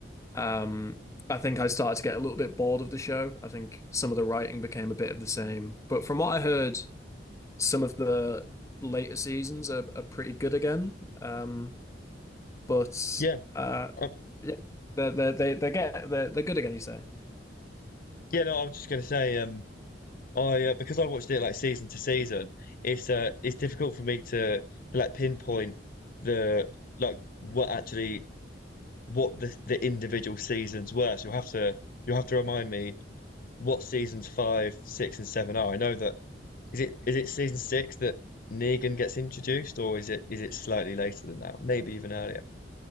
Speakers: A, on the left; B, on the left.
A: um, I think I started to get a little bit bored of the show. I think some of the writing became a bit of the same. But from what I heard, some of the later seasons are, are pretty good again. Um, but
B: yeah,
A: uh,
B: uh,
A: yeah, they're they they they get they're they're good again. You say
B: yeah. No, I was just gonna say um. I uh, because I watched it like season to season, it's uh it's difficult for me to like pinpoint the like what actually what the the individual seasons were. So you'll have to you'll have to remind me what seasons five, six, and seven are. I know that is it is it season six that Negan gets introduced, or is it is it slightly later than that? Maybe even earlier.